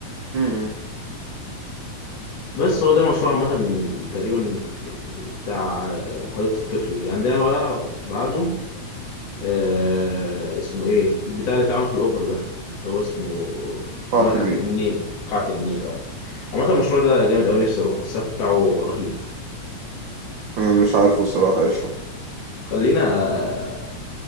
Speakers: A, on the right; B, on the left.
A: مم.
B: بس هو ده المشروع عامة تقريبا ب- بتاع حديقة الطفل دي عندنا بقى بعده آه اسمه ايه البتاع اللي اتعمل في الاوبرا ده اللي هو اسمه
A: قاعة
B: متحف
A: النيل
B: النيل قاعة النيل اه عامة المشروع ده جامد أوي نفسي أروحه السقف بتاعه رهيب
A: أنا مش عارفه الصراحة ايش هو.
B: خلينا